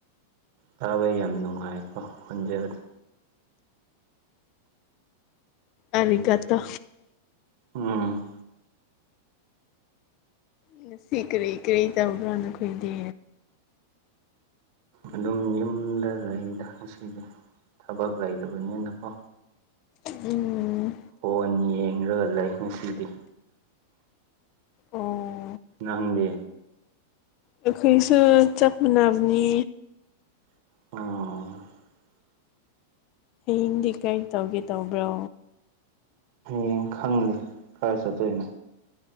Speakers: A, on the right; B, on the left.
A: ꯇꯥꯕꯩ ꯌꯥꯝ ꯅꯨꯡꯉꯥꯏꯀꯣ ꯈꯣꯟꯖꯦꯜꯗꯤ
B: ꯑꯔꯤꯒꯇꯣ
A: ꯎꯝ
B: ꯉꯁꯤ ꯀꯔꯤ ꯀꯔꯤ ꯇꯧꯕ꯭ꯔꯥ ꯅꯈꯣꯏꯗꯤ
A: ꯑꯗꯨꯝ ꯌꯨꯝꯗ ꯂꯩꯗ ꯉꯁꯤꯗꯤ ꯊꯕꯛ ꯂꯩꯇꯕꯅꯤꯅꯀꯣ
B: ꯎꯝ
A: ꯕꯣꯟ ꯌꯦꯡꯂꯒ ꯂꯩ ꯉꯁꯤꯗꯤ
B: ꯑꯣ
A: ꯅꯪꯗꯤ
B: ꯑꯩꯈꯩꯁꯨ ꯆꯞ ꯃꯥꯅꯕꯅꯤ
A: ꯑꯣ
B: ꯍꯌꯦꯡꯗꯤ ꯀꯔꯤ ꯇꯧꯒꯦ ꯇꯧꯕ꯭ꯔꯣ
A: ꯍꯌꯦꯡ ꯈꯪ ꯀꯗꯥꯏ ꯆꯠꯇꯣꯏꯅꯣ